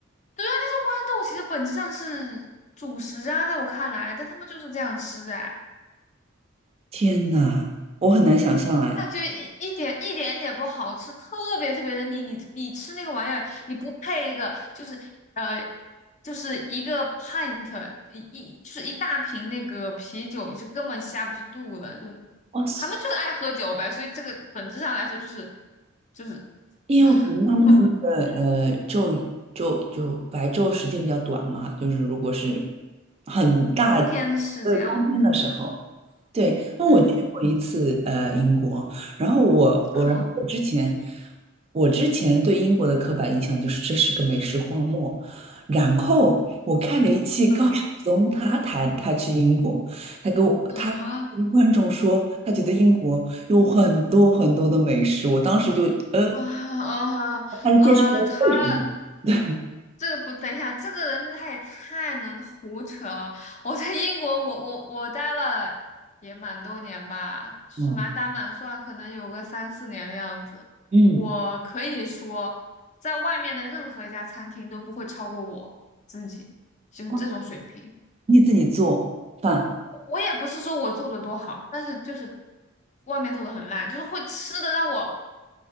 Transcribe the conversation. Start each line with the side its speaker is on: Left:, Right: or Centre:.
Left: 对啊，但是豌豆其实本质上是主食啊，在我看来，但他们就是这样吃哎。
Right: 天呐，我很难想象哎，
Left: 我感觉一一点一点也不好吃，特别特别的腻。你你吃那个玩意儿，你不配一个，就是呃，就是一个 pint 一一就是一大瓶那个啤酒，你是根本下不去肚的。就是
Right: 哇塞！
Left: 他们就是爱喝酒呗，所以这个本质上来说就是就是，
Right: 因为我可能他们的那个呃昼昼就白昼时间比较短嘛，
Left: <laughs>
Right: 就是如果是很大的冬天的时候，
Left: 冬天是这样，
Right: 对，那我去过一次呃英国，
Left: 嗯
Right: 然后我我然后我之前
Left: 啊
Right: 我之前对英国的刻板印象就是这是个美食荒漠，然后我看了一期高晓松，
Left: 嗯
Right: 他谈他去英国，他跟我他跟观众说他觉得英国有很多很多的美食，
Left: 啊
Right: 我当时就呃，
Left: 啊啊啊，
Right: 他是介绍了为什么，
Left: 他。
Right: 对，
Left: 这个不，等一下，这个人他也太能胡扯了。我在英国，我我我待了也蛮多年吧，就是满打满算可能有个三四年的样子。
Right: 嗯嗯，
Left: 我可以说，在外面的任何一家餐厅都不会超过我自己，就是这种水平。
Right: 哦你自己做饭
Left: 我也不是说我做的多好，但是就是外面做的很烂，就是会吃的让我。